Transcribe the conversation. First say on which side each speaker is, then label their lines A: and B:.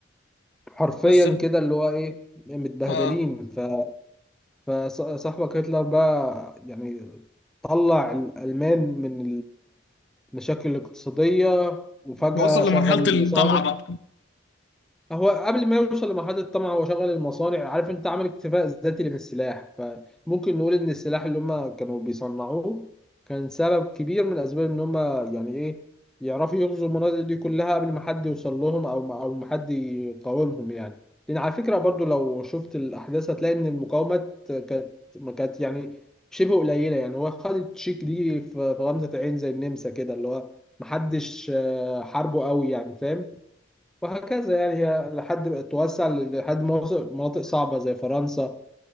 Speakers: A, in the centre; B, on the left.
A: حرفيا
B: بس ال-
A: كده اللي هو ايه متبهدلين
B: آه
A: ف- فصاحبك هتلر بقى يعني طلع الألمان من المشاكل الاقتصادية وفجأة
B: وصل
A: شغل
B: لمرحلة
A: المصانع
B: الطمع بقى
A: هو قبل ما يوصل لمرحلة الطمع هو شغل المصانع عارف انت عمل اكتفاء ذاتي اللي في السلاح فممكن نقول ان السلاح اللي هم كانوا بيصنعوه كان سبب كبير من اسباب ان هم يعني ايه يعرفوا يغزوا المناطق دي كلها قبل ما حد يوصل لهم او او ما حد يقاومهم يعني لان على فكرة برضو لو شفت الاحداث هتلاقي ان المقاومات كانت ما كانت يعني شبه قليلة يعني هو خد التشيك دي في في غمزة عين زي النمسا كده اللي هو محدش آه، حاربه قوي يعني فاهم وهكذا يعني هي لحد ما توسع لحد مناطق مناطق صعبة زي فرنسا